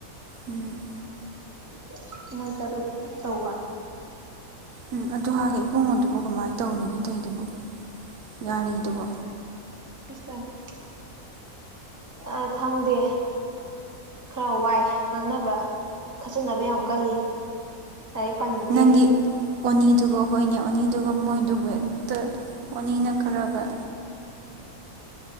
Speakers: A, on the right (about 85°); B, on the right (about 15°).
A: ꯎꯝ꯫
B: <inaudible> ꯃꯣꯏ ꯇꯔꯨꯛ ꯇꯧꯕ
A: ꯎꯝ ꯑꯗꯨ ꯍꯥꯏꯒꯦ ꯏꯕꯨꯡꯉꯣꯟꯗꯨꯕꯨ ꯀꯃꯥꯏꯅ ꯇꯧꯔꯤꯒꯦ ꯇꯩꯗꯨꯕꯨ ꯉꯥꯔꯤꯗꯨꯕꯣ
B: <inaudible> ꯑ ꯈꯪꯗꯦ ꯈꯔ ꯋꯥꯏ ꯉꯥꯡꯅꯕ ꯈꯆꯟꯅꯕ ꯌꯥꯝ ꯀꯜꯂꯤ ꯂꯥꯏ ꯄꯅꯤꯡꯇꯦ
A: ꯅꯪꯒꯤ ꯑꯣꯅꯤꯗꯨꯒ ꯍꯣꯏꯅꯦ ꯑꯣꯅꯤꯗꯨꯒ ꯃꯣꯏꯗꯨꯕꯨ ꯍꯦꯛꯇ ꯑꯣꯅꯤꯅ ꯈꯔꯒ